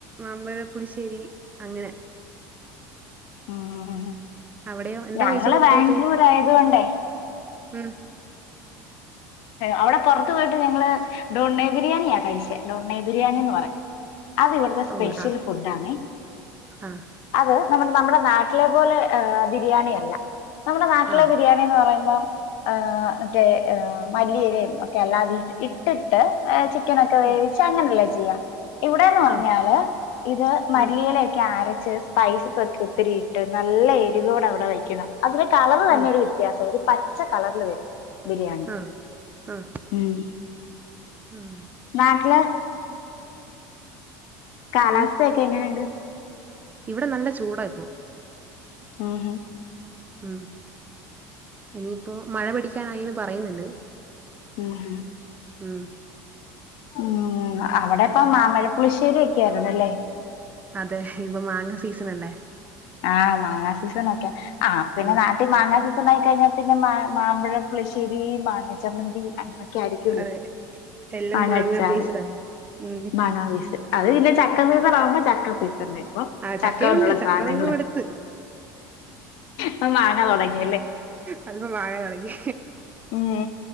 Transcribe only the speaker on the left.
ഉം
ഞങ്ങള്
ബാംഗ്ലൂർ
ആയതുകൊണ്ടേ
അവിടെ പുറത്തു പോയിട്ട് ഞങ്ങള് ഡോണ്ണേ ബിരിയാണിയാ കഴിച്ചേ ഡോണ്ണേ ബിരിയാണി എന്ന് പറയും അത് ഇവിടുത്തെ സ്പെഷ്യൽ
ഫുടാണെ
അത് നമ്മ് നമ്മുടെ നാട്ടിലെ പോലെ ഹേ ബിരിയാണിയല്ല. നമ്മുടെ നാട്ടിലെ
ബിരിയാ ന്ന് പറയുമ്പം ആഹ് മറ്റെ ആഹ് മല്ലിയിലയും ഒക്കെ അല്ലാം വി ഇട്ട്ട്ട് ഏഹ് ചി ക്കനൊക്കെ വേവിച്ച്
അങ്ങനെല്ലെ ചെയ്യാ. ഇവടേന്ന് പറഞ്ഞാല്
ഇത് മല്ലിയലൊക്കെ
അരച്ച് പൈസ് സൊക്കെ ഒത്തിരിയിട്ട് നല്ല എരിവോട ഇവടെ വയ്ക്കുന്നെ. അതിന്റെ കളറ് തന്നെ
ഒരു വി ത്യാസാ. ഒരു പച്ച കളർല് വരും ബിരിയാണി.
ഉം
നാട്ട്‌ലെ കാലാവസ്ഥയൊക്കെ
എങ്ങനെണ്ട്?
ആഹാ
ഉം ഉം
ഉം അവടെയപ്പം
മാമ്പഴപ്പുളിശ്ശേരി ഒക്കെ ആയിരുന്നല്ലെ.
ആഹ് മാങ്ങാ സീസണൊക്കെ. ആ ഹ് പിന്നെ
നാട്ടീ മാങ്ങാ സീ ണൊക്കെ ങെക്ക് മാ മാമ്പഴ പുളശ്ശേരി, മാങ്ങച്ചമ്മന്തി അങ്ങനെ രിക്കുള്ളു
മാങ്ങാ
അച്ചാറ്,
മാങ്ങാ വിസ് അത് പിന്നെ ചക്ക സീസണാ വുമ്പൊ ചക്ക സീസൺന്ന്. പ്പൊ
ചക്ക
കൊണ്ടുള്ള
സാധനങ്ങ
പ്പൊ മാങ്ങ തൊടങ്ങിയല്ലെ.
ഉം